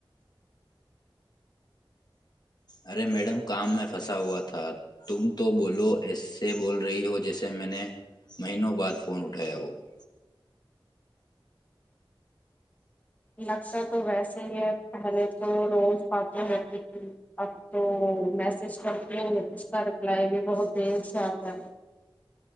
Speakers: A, on the left (about 50°); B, on the left (about 15°).
A: ارے میڈم کام میں پھنسا ہوا تھا <unintelligible> تم تو بولو ایس <unintelligible> سے بول رہی ہو جیسے میں نے مہینوں بعد فون اٹھایا ہو <unintelligible>
B: لگتا تو ویسے ہی ہے پہلے تو روز باتیں ہے کی اب تو میسج کرتی ہ اس کا رپلائی بھی بہت دیر سے آتا ہے <unintelligible>